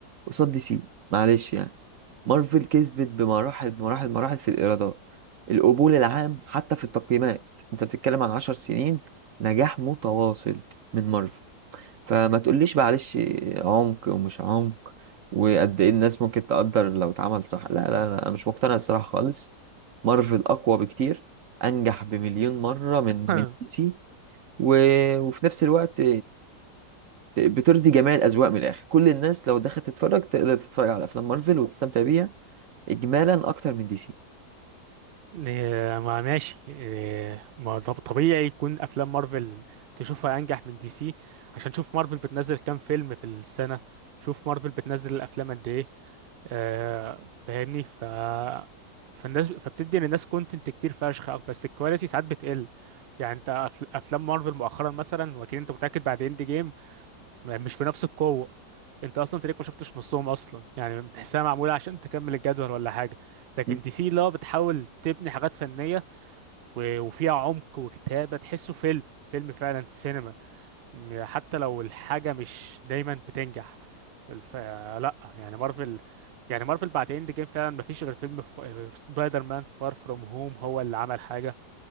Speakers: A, on the right; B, on the right.
A: قصاد دي سي معلش يعني مارفل كسبت بمراحل مراحل مراحل في الايرادات القبول العام حتى في التقييمات انت بتتكلم عن عشر سنين نجاح متواصل من مارفل فما تقوليش معلش عمق ومش عمق وقد ايه الناس ممكن تقدر لو اتعمل صح لا لا لا انا مش مقتنع الصراحه خالص مارفل اقوى بكتير انجح بمليون مره من
B: <clears throat>
A: من دي سي و... وفي نفس الوقت بترضي جميع الاذواق من الاخر كل الناس لو دخلت تتفرج تقدر تتفرج على افلام مارفل وتستمتع بيها اجمالا اكتر من دي سي
B: <coughs> إيه، ما ماشي إيه، ما طب- طبيعي يكون افلام مارفل تشوفها انجح من دي سي عشان شوف مارفل بتنزل كام فيلم في السنه شوف مارفل بتنزل الافلام قد ايه آه، فاهمني ف فالناس فبتدي للناس كونتنت كتير فشخ أو- بس الكواليتي ساعات بتقل يعني انت أف- افلام مارفل مؤخرا مثلا واكيد انت متاكد بعد اند جيم م- مش بنفس القوه انت اصلا تلاقيك ما شفتش نصهم اصلا يعني بتحسها معموله عشان تكمل الجدول ولا حاجه لكن
A: م.
B: دي سي لا بتحاول تبني حاجات فنيه و- وفيها عمق وكتابه تحسه فيلم فيلم فعلا سينما م- حتى لو الحاجة مش دايما بتنجح الف... لا يعني مارفل يعني مارفل بعد اند جيم فعلا مفيش غير فيلم ف... سبايدر مان فار فروم هوم هو اللي عمل حاجة